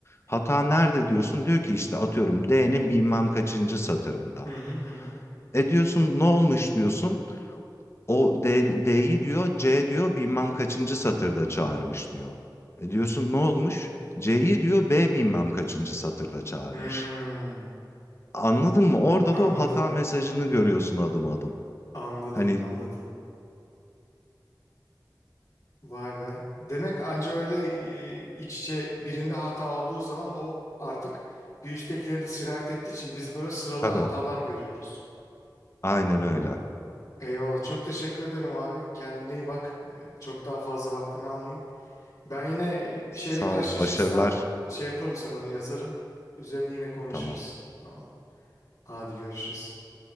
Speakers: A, on the left (about 35°); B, on the left (about 55°).
A: Hata nerede diyorsun? Diyor ki işte atıyorum D'nin bilmem kaçıncı satırında.
B: Hı hı hı hı.
A: E diyorsun ne olmuş diyorsun. O D, D'yi diyor C diyor bilmem kaçıncı satırda çağırmış diyor. E diyorsun ne olmuş? C'yi diyor B bilmem kaçıncı satırda çağırmış.
B: Hmm.
A: Anladın mı? Orada
B: Anladım.
A: da o hata mesajını görüyorsun adım adım.
B: Anladım,
A: Hani
B: anladım. Vay be. Demek anca öyle e, iç içe birinde hata olduğu zaman o artık bir üsttekileri de sirayet ettiği için biz böyle sıralı
A: tabii
B: hatalar görüyoruz.
A: aynen öyle.
B: Hmm. Eyvallah. Çok teşekkür ederim abi. Kendine iyi bak. E, Çok daha fazla vaktini almayayım. Ben yine e,
A: Sağ
B: bir şeyle karşılaşırsam
A: ol, başarılar.
B: şey yaparım sana yazarım. Üzerine yine konuşuruz.
A: Tamam.
B: Tamam. Hadi görüşürüz.